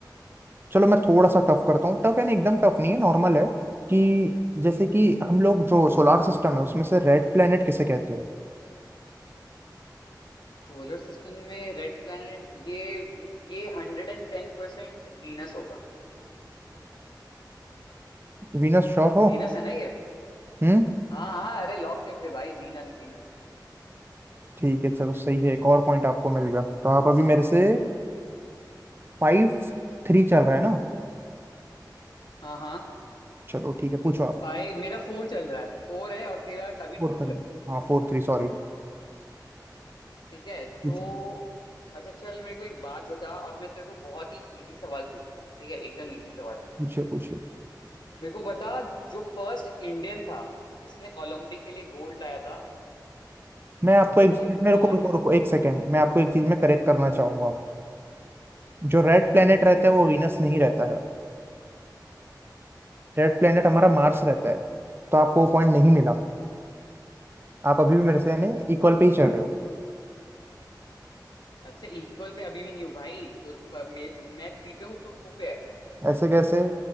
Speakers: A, on the right; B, on the left.
A: चलो मैं थोड़ा सा टफ करता हूँ टफ यानी एकदम टफ नहीं है नॉर्मल है कि जैसे कि हम लोग जो सोलार सिस्टम है उसमें से रेड प्लेनेट किसे कहते हो
B: सोलर सिस्टम में रेड प्लैनेट ये ये hundred and ten percent Venus होगा
A: वीनस श्योर हो
B: वीनस है ना ये
A: हम्म
B: हाँ हाँ अरे लॉक कर दे भाई वीनस वीनस
A: ठीक है चलो सही है एक और पॉइंट आपको मिल गया तो आप अभी मेरे से फाइव थ्री चल रहा है ना
B: हाँ हाँ
A: चलो ठीक है पूछो आप
B: भाई मेरा फोर चल रहा है फोर है और तेरा अभी
A: फोर
B: टू
A: थ्री
B: है
A: हाँ फोर थ्री सॉरी
B: ठीक है
A: पूछो
B: तो अच्छा चल मेरे को एक बात बता अब मैं तेरे को बहुत ही इजी सवाल पूछ रहा हूँ ठीक है एकदम इजी सवाल
A: पूछो पूछो
B: मेरे को बता जो फर्स्ट इंडियन था जिसने ओलंपिक के लिए गोल्ड लाया था
A: मैं आपको एक
B: वो
A: चीज मेरे
B: कौन
A: को रुको
B: है
A: रुको एक सेकेंड मैं आपको एक चीज में करेक्ट करना चाहूंगा जो रेड प्लेनेट रहता है वो वीनस नहीं रहता है रेड प्लेनेट हमारा मार्स रहता है तो आपको वो पॉइंट नहीं मिला आप अभी भी मेरे से यानी इक्वल पे ही चल रहे हो
B: अच्छा इक्वल पे अभी भी नहीं हूँ भाई तो अ, मैं, मैं थ्री पे हूँ तू टू पे है
A: ऐसे कैसे